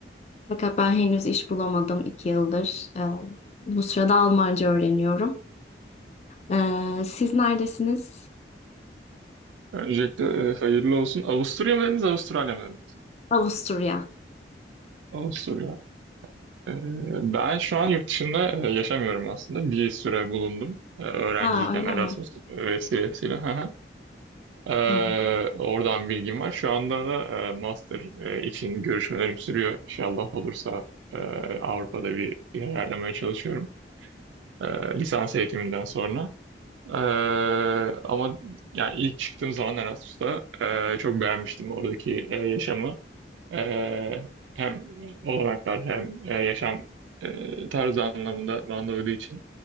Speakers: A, on the left (about 35°); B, on the right (about 85°).
A: Fakat ben henüz iş bulamadım iki yıldır. Ee, bu sırada Almanca öğreniyorum. Ee, siz neredesiniz?
B: Öncelikle e, hayırlı olsun. Avusturya mı dediniz, Avustralya mı dediniz?
A: Avusturya.
B: Avusturya. E, ben şu an yurt dışında e, yaşamıyorum aslında. Bir süre bulundum. E, öğrenciyken
A: Aa öyle
B: Erasmus
A: mi?
B: vesilesiyle. <laughs> Hı hı. E,
A: Anladım.
B: oradan bilgim var. Şu anda da e, master e, için görüşmelerim sürüyor. İnşallah olursa e, Avrupa'da bir yer ayarlamaya çalışıyorum. E, lisans eğitiminden sonra. Ee, ama yani ilk çıktığım zaman Erasmus'ta e, çok beğenmiştim oradaki e, yaşamı. Ee, hem olanaklar hem e, yaşam e, tarzı anlamında bana da uyduğu için